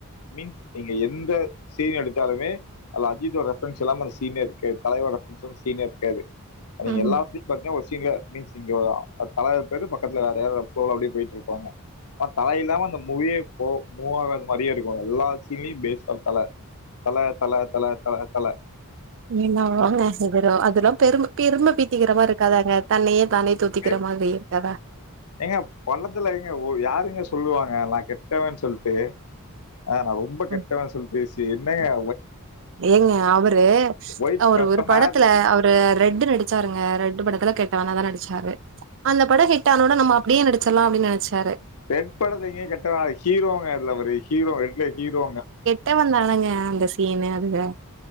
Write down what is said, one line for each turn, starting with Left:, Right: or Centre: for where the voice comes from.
Left: மீன் நீங்க எந்த சீன் எடுத்தாலுமே அதுல அஜித்தோட ரெபரன்ஸ் இல்லாம அந்த சீனேஇருக்காது தலைவர் ரெபரனஸ் சீனே இருக்காது நீங்க
Right: ம்
Left: எல்லாத்துக்கு பாத்திங்க இல்ல மீன்ஸ் இங்க தெரு பக்கத்துல வேற ப்ளொவுல போய்ட்டிருப்பாங்க தல இல்லாம இந்த மூவியே மூவாகாத மாதிரி இருக்கு எல்லா சீன்லயும் பேஸ் தான் தலை தல தல தல தல
Right: என்னதாங்க பிகரோ அதெல்லாம் பெரு மைபெருமை பீத்திக்கிற மாதிரி இருக்காதாங்க தன்னையே தானே தூத்திக்கிற
Left: பேர்
Right: மாரி இருக்காரா
Left: ஏங்க பள்ளத்துல எங்க யாருங்க சொல்லுவாங்க நான் கெட்டவேன்னு சொல்லிட்டு ஆஹ் நான் ரொம்ப கெட்டவன்
Right: ம்
Left: சொல் பேசி என்னயா
Right: ஏங்க அவரு
Left: ஒயிட்
Right: அவரு
Left: பெப்பர்
Right: ஒரு படத்துல
Left: ஹேர் ஒயிட்
Right: அவரு ரெட்டு நடிச்ச இதபாருங்க ரெட்டு படத்துல கேட்டவானா தான் நடிச்சாரு அந்த பட ஹிட் ஆனோட நம்ம அப்டியே நடிச்சிடலாம் அப்டின்னு நினைச்சாரு
Left: ரெட் படத்துல எங்க கெட்டவன் ஹீரோங்க அதுல அவரு ரெட்ல ஹீரோங்க
Right: எவ்ள நேரங்க அந்த சீனு இத